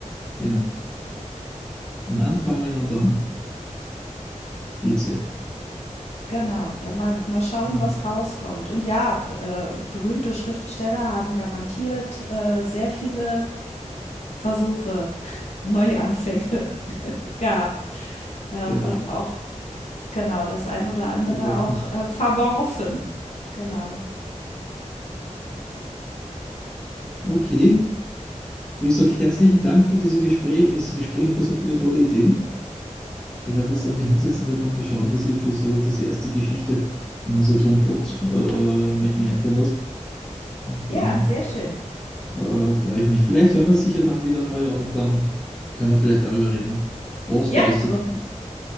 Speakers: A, in the centre; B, on the left.
A: Genau. Am Anfangen und dann geht sie.
B: Genau, dann mal mal schauen,
A: Mhm.
B: was rauskommt. Und ja, b äh, berühmte Schriftsteller haben garantiert, äh, sehr viele Versuche, <laughs> Neuanfänge <laughs> gehabt, äh,
A: Genau.
B: und auch genau, das eine
A: Äh,
B: oder andere auch, äh, verworfen. Genau.
A: okay. Du, ich sage herzlichen Dank für dieses Gespräch, das Gespräch und für so viele tolle Ideen. Ich werde mir jetzt einmal hinsetzen und werde dann mal schauen, dass ich für so diese erste Geschichte mal so einen Plot äh, mir einfallen lasse. Und
B: Ja,
A: dann
B: sehr schön.
A: Äh, freue ich mich. Vielleicht hören wir uns sicher dann wieder mal und dann können wir vielleicht darüber reden, was
B: Ja,
A: da rausgekommen
B: wunder
A: ist.